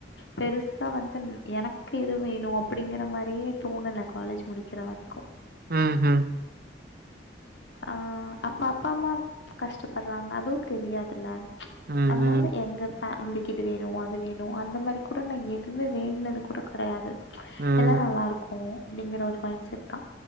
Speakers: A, on the left; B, on the right.
A: பெருசா வந்து எனக்கு எது வேணு அப்டிங்கற மாரியே தோணல காலேஜ் முடிக்கிற வரைக்கு
B: ம் ம்
A: ஆ அப்ப அப்பா அம்மா கஷ்டப்படுறாங்க அதுவு தெரியாதுல
B: ம்ஹ்ம்.
A: அதனால எங்க ஃபேமிலிக்கு இது வேணும் அது வேணும் அந்த மாரி கூட நான் எதுமே வேண்டுனது கூட கிடையாது
B: ம்
A: எல்லா நல்லா இருக்கும் அப்டிங்கிற ஒரு மைண்ட் செட் தான்